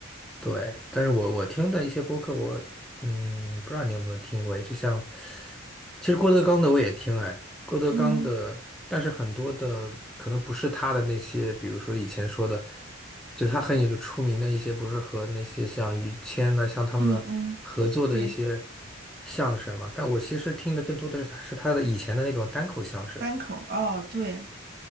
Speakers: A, in the centre; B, on the right.
A: 对，但是我我听的一些播客，我嗯，不知道你有没有听过，就像其实郭德纲的我也听，哎，郭德纲的，
B: 嗯
A: 但是很多的可能不是他的那些，比如说以前说的，就是他很有出名的一些，不是和那些像于谦呐、像他们合作的一些
B: 嗯嗯，对，
A: 相声嘛，但我其实听的更多的是他是他的以前的那种单口相声，
B: 单口儿哦，对，